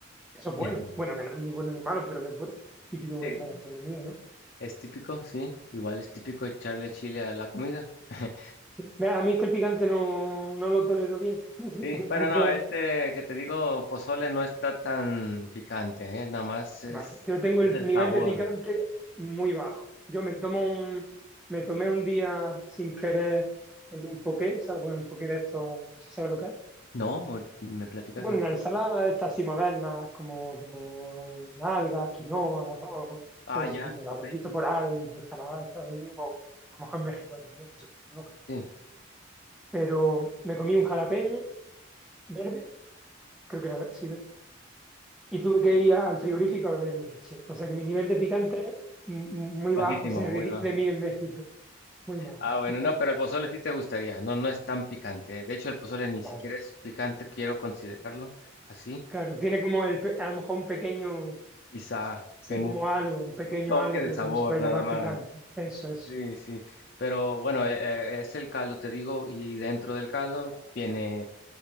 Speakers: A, in the centre; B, on the left.
A: Eso es bueno.
B: <laughs>
A: Bueno, que no es ni bueno ni malo, pero que es bu- típico de
B: sí,
A: vuestra gastronomía, ¿no?
B: es típico, sí. Igual es típico echarle chile a la comida. <laughs>
A: Sí. Mira, A mí es que el picante no, no lo tolero bien. <laughs>
B: Sí,
A: Entonces,
B: bueno, no, este que te digo, pozole no está tan picante, ¿eh? Nada más es,
A: vale. Yo tengo
B: es
A: el
B: el
A: nivel
B: sabor.
A: de picante muy bajo. Yo me tomo un, me tomé un día sin querer en un poké, ¿sabes? Bueno, un poké de esto, si sabes lo que es.
B: ¿No? Ahor- ¿Me platicas
A: Bueno,
B: ahorita?
A: una ensalada de estas así modernas, como con algas, quinoa, arroz,
B: Ah,
A: todo ese
B: ya,
A: tipo. Lo
B: ok.
A: habrás visto por ahí, por Canadá, Estados Unidos, o a lo mejor en México hay también, no sé, no creo.
B: Sí,
A: Pero me comí un jalapeño verde, creo que era verde, sí, y tuve que ir al frigorífico a beber leche. O sea que mi nivel de picante es m- muy
B: bajísimo,
A: bajo, se
B: muy
A: reirían
B: bajo.
A: de mí en México. Muy bajo,
B: Ah, bueno,
A: muy bajo.
B: no, pero el pozole sí te gustaría, no, no es tan picante. ¿eh? De hecho, el pozole ni siquiera
A: Vale.
B: es picante, quiero considerarlo así.
A: Claro, tiene como el, pe- a lo mejor un pequeño,
B: Quizá
A: sí,
B: tenga
A: como
B: un
A: algo, un pequeño
B: un toque
A: algo,
B: de
A: pero
B: sabor
A: que no se puede
B: nada
A: llamar
B: más.
A: picante. Eso es.
B: Sí, sí, pero bueno, eh, eh, es el caldo, te digo, y dentro del caldo viene